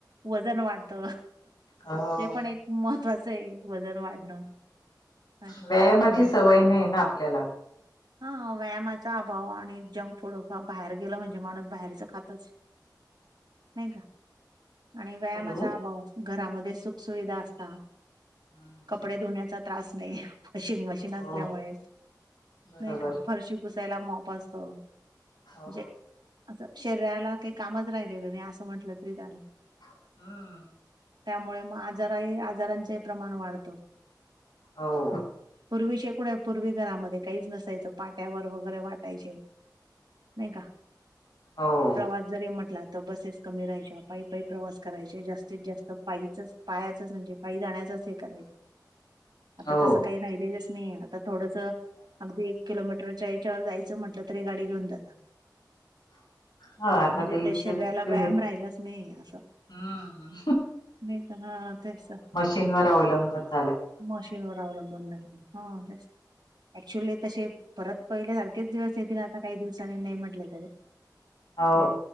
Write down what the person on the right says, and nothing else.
वजन वाढतं
ते पण एक.... महत्त्वाचंय वजन वाढणं.... काय
बाहेर
हा व्यायामाचा अभाव आणि जंक फूड बाहेर गेला म्हणजे माणूस बाहेरचं खातचं.... नाही का?... आणि व्यायामाचा
अभाव घरामध्ये सुखसुविधा असता
कपडे धुण्या.... त्रास नाही वॉशिंग मशीन असल्यामुळे
नाही. का फरशी पु.... पुुसायला माॅप असतो.....
म्हणजे असं शरीराला काही कामच राहिलेलं मी असं म्हंटलं तरी चालेल....
त्यामुळे मग आजारही आजारांचही प्रमाण वाढतं...
पूर्वी शेकूड पूर्वी घरामध्ये काहीच नसायचं पाट्यावर वगैरे वाटायचे... मेघा...
प्रवास जरी म्हटला तर बसेस कमी राहायच्या पायी पायी प्रवास करायचे जास्तीत जास्त पायीचच.. पायाचाच म्हणजे पायी जाण्याचाच हे करायचं... आता
तसं काही राहिलेलंच नाही आता थोडस... अगदी एक किलोमीटरच्या याच्यावर जायचं म्हटलं तरी गाडी घेऊन जात...
म्हणजे
त्या
शरीराला
व्यायाम राहिलाच नाही असं..
नाही का हा तेच...
मशीन वर अवलंबून राहिल हा तेच ऍक्च्युअली तसे परत पहिल्यासारखेच दिवस येतील आता काही दिवसांनी नाही म्हटले तरी.
<inaudible> काय